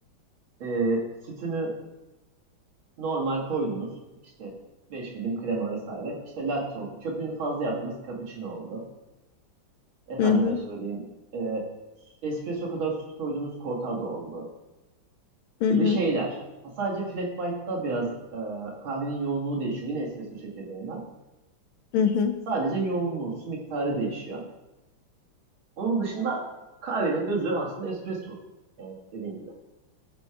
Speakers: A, on the right; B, on the left.
A: e, sütünü normal koydunuz. İşte 5 milim krema vesaire. İşte latte oldu. Köpüğünü fazla yaptınız. Cappuccino oldu. Efendime
B: Hı hı,
A: söyleyeyim. E, espresso kadar süt koydunuz. Cortado oldu.
B: hı
A: Gibi
B: hı,
A: şeyler. Ha, sadece flat white'da biraz e, kahvenin yoğunluğu değişiyor. Yine espresso çekirdeğinden.
B: hı hı.
A: Sadece yoğunluğu, su miktarı değişiyor. Onun dışında kahvenin özü aslında espresso. Yani dediğin gibi.